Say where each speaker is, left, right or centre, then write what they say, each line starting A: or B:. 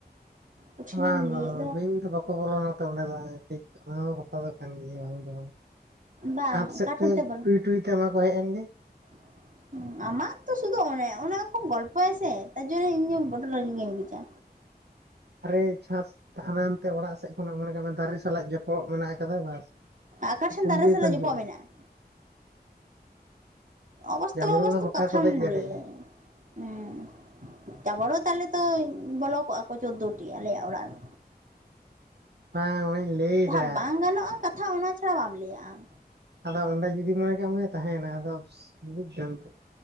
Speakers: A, on the right (about 50°); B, on the right (about 80°).
A: ᱠᱚᱴᱷᱤᱱᱮᱢ
B: ᱵᱟᱝ
A: ᱞᱟᱹᱭᱮᱫ
B: ᱵᱟᱝ ᱵᱤᱧ ᱫᱚ ᱵᱟᱠᱚ ᱵᱚᱞᱚᱱᱟ ᱚᱸᱰᱮ ᱫᱚ ᱴᱷᱤᱠ ᱚᱱᱟ ᱠᱟᱛᱷᱟ ᱫᱚ᱾ ᱠᱟᱱ ᱜᱮᱭᱟ ᱵᱟᱝ ᱫᱚ
A: ᱵᱟᱝ
B: ᱪᱷᱟᱸᱫᱽ
A: ᱚᱠᱟ
B: ᱥᱮᱫ ᱛᱮ
A: ᱴᱷᱮᱱ ᱵᱚᱞᱚ
B: ᱴᱩᱭ ᱴᱩᱭ ᱛᱮ ᱢᱟ ᱠᱚ ᱦᱮᱡ ᱮᱱ ᱜᱮ᱾
A: <inaudible> ᱟᱢᱟᱜ ᱛᱚ ᱥᱩᱫᱷᱩ ᱚᱱᱮ ᱚᱱᱮ ᱚᱱᱠᱟᱢ ᱜᱚᱞᱯᱚᱭᱟ ᱥᱮ ᱛᱟᱨ ᱡᱚᱱᱱᱮ ᱤᱧ ᱫᱚ ᱵᱚᱰᱰᱚ ᱨᱟᱜᱤ ᱜᱤᱧ ᱵᱩᱡᱽᱼᱟ᱾
B: ᱟᱨᱮ ᱪᱷᱟᱥ ᱛᱟᱦᱞᱮ ᱮᱱᱛᱮ ᱚᱲᱟᱜ ᱥᱮᱜ ᱠᱷᱚᱱᱟᱜ ᱢᱚᱱᱮ ᱠᱟᱜ ᱢᱮ ᱫᱟᱨᱮ ᱥᱟᱞᱟᱜ ᱡᱚᱯᱚᱜ ᱢᱮᱱᱟᱜ ᱟᱠᱟᱫᱟ ᱵᱟᱥ
A: ᱟᱠᱟ
B: ᱩᱱᱠᱩ
A: ᱴᱷᱮᱱ ᱫᱟᱨᱮ
B: ᱤᱭᱟᱹ
A: ᱥᱟᱞᱟᱜ
B: ᱠᱚ ᱦᱤᱡᱩᱜᱼᱟ
A: ᱡᱚᱯᱚᱜ ᱢᱮᱱᱟᱜᱼᱟ᱾ ᱚᱵᱟᱥᱛᱚᱵ
B: ᱡᱟᱢᱲᱩ
A: ᱚᱵᱟᱥᱛᱚᱵ
B: ᱫᱚ ᱜᱚᱴᱟ
A: ᱠᱟᱛᱷᱟᱢ
B: ᱠᱚ ᱫᱮᱡ ᱫᱟᱲᱮᱭᱟᱜᱼᱟ
A: ᱞᱟᱹᱭᱟ ᱦᱩᱸ ᱛᱟᱯᱚᱨᱮ ᱛᱟᱦᱞᱮ ᱛᱚ ᱵᱚᱞᱚ ᱠᱚᱜᱼᱟ ᱠᱚ ᱪᱳᱫᱫᱳᱴᱤ ᱟᱞᱮᱭᱟᱜ ᱚᱲᱟᱜ ᱨᱮ᱾
B: ᱵᱟᱝ ᱚᱱᱟᱧ ᱞᱟᱹᱭᱫᱟ
A: ᱡᱟᱸᱦᱟᱸ ᱵᱟᱝ ᱜᱟᱱᱚᱜᱼᱟ ᱠᱟᱛᱷᱟ ᱚᱱᱟ ᱪᱷᱟᱲᱟ ᱵᱟᱢ ᱞᱟᱹᱭᱟ ᱟᱢ᱾
B: ᱟᱫᱚ ᱚᱸᱰᱮ ᱡᱩᱫᱤ ᱢᱚᱱᱮ ᱠᱟᱜ ᱢᱮ ᱛᱟᱦᱮᱸᱱᱟ ᱟᱫᱚ ᱵᱩᱡ ᱫᱟᱢ ᱛᱚ